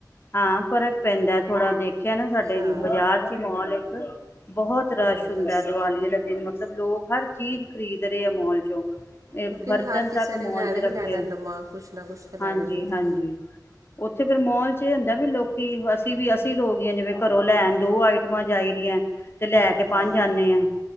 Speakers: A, on the left; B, on the right.
A: ਹਾਂ ਫ਼ਰਕ ਪੈਂਦਾ ਥੋੜਾ ਦੇਖਿਆ ਨਾ ਸਾਡੇ
B: ਹਾਂ
A: ਬਾਜ਼ਾਰ ਚ ਹੀ ਮੋਲ ਇੱਕ ਬਹੁਤ ਰਸ਼
B: ਹਾਂ
A: ਹੁੰਦਾ
B: ਬਸ
A: ਦੀਵਾਲੀ ਵਾਲੇ ਦਿਨ ਮਤਲਬ ਲੋਕ ਹਰ ਚੀਜ਼ ਖਰੀਦ ਰਹੇ ਆ ਮੋਲ ਚੋਂ ਇਹ
B: ਕਿਉਂਕਿ
A: ਬਰਤਨ
B: ਹਰ ਕਿਸੇ
A: ਤੱਕ
B: ਨੇ
A: ਮੋਲ
B: ਲੈਣਾ
A: 'ਚ
B: ਹੀ
A: ਰੱਖੇ
B: ਲੈਣਾ ਨਵਾਂ ਕੁਛ ਨਾ ਕੁਛ ਤਾਂ ਲੈਣਾ
A: ਹਾਂਜੀ
B: ਹੀ ਹੁੰਦਾ
A: ਹਾਂਜੀ ਉੱਥੇ ਫੇਿਰ ਮੋਲ ਚ ਇਹ ਹੁੰਦਾ ਵੀ ਲੋਕੀ ਅਸੀਂ ਵੀ ਅਸੀਂ ਲੋ ਗਈ ਜਿਵੇਂ ਘਰੋਂ ਲੈਣ ਦੋ ਆਈਟਮਾਂ ਜਾਈ ਰਿਆਂ ਤੇ ਲੈ ਕੇ
B: ਹਾਂ
A: ਪਜ ਅਨੇ ਆਾਂ